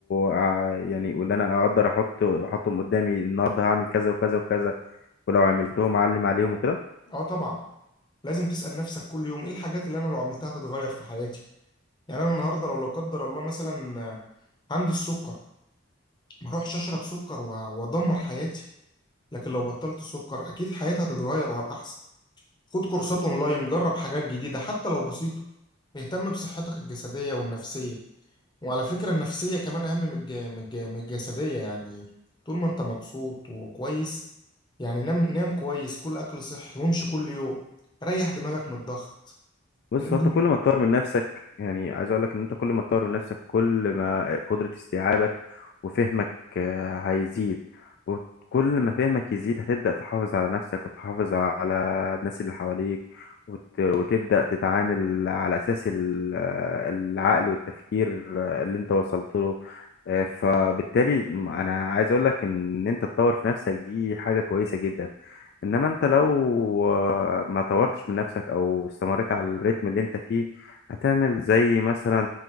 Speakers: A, on the left; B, on the left.
A: ع- يعني واللي انا اقدر احط احطهم قدامي النهارده هعمل كذا وكذا وكذا ولو عملتهم اعلم عليهم وكده
B: آه طبعا لازم تسأل نفسك كل يوم إيه الحاجات اللي أنا لو عملتها هتتغير في حياتي يعني أنا النهاردة لو لا قدر الله مثلا آه، عندي السكر ما أروحش أشرب سكر وأ- وأدمر حياتي لكن لو بطلت سكر أكيد حياتي هتتغير وهبقى أحسن خد كورسات أونلاين جرب حاجات جديدة حتى لو بسيطة اهتم بصحتك الجسدية والنفسية وعلى فكرة النفسية كمان أهم من الج... من الج... من الجسدية يعني طول ما أنت مبسوط وكويس يعني نام نام كويس كل أكل صحي وامشي كل يوم ريح دماغك من الضغط
A: بص
B: لازم
A: هو انت كل ما تطور من نفسك يعني عايز اقول لك ان انت كل ما تطور من نفسك كل ما قدرة استيعابك وفهمك آه، هيزيد وكل ما فهمك يزيد هتبدأ تحافظ على نفسك وتحافظ على الناس اللي حواليك وت... وتبدأ تتعامل على أساس ال- آه، العقل والتفكير آه، اللي انت وصلت له آه، فبالتالي انا عايز اقول لك ان انت تطور في نفسك دي حاجة كويسة جدا انما انت لو آه، ما طورتش من نفسك او استمريت على الريتم اللي انت فيه هتعمل زي مثلا